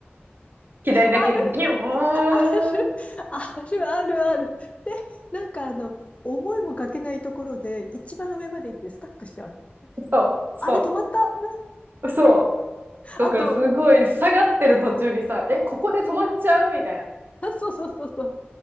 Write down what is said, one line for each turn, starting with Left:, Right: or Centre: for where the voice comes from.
Right: 左だけギューン、
Left: あるある、ある、ある。で、なんかあの、思いもかけないところで、一番上まで行ってスタックしちゃう。
Right: そう、
Left: あれ、
Right: そ
Left: 止まった
Right: う、そう。
Left: あと、
Right: だからすごい下がってる途中にさ、
Left: あ
Right: え、ここで止まっちゃうみたいな。
Left: そうそうそうそう。